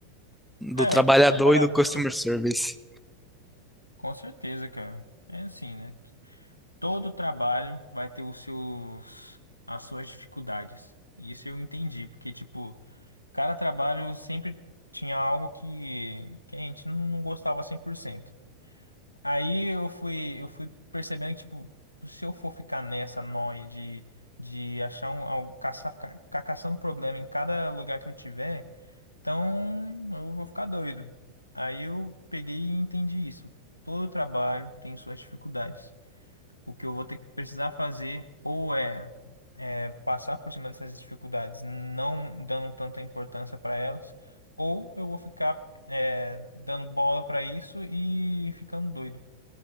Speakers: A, in the centre; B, on the left (about 85°).
A: do
B: É,
A: trabalhador
B: trabalhador,
A: e do customer service,
B: com certeza, cara. É assim, né? Todo trabalho vai ter os seus, as suas dificuldades. Isso eu entendi, porque, tipo, cada trabalho sempre tinha algo que, que a gente não, não gostava cem por cento Aí eu fui, eu fui percebendo que, tipo, se eu for ficar nessa noia de, de achar um, algo, caçar, ficar, ficar caçando problema em cada lugar que eu tiver, então eu vou ficar doido. Aí eu peguei e entendi isso. Todo trabalho tem suas dificuldades. O que eu vou ter que precisar fazer ou é, é passar por cima dessas dificuldades, não dando tanta importância para elas, ou eu vou ficar é, dando bola para isso e ficando doido.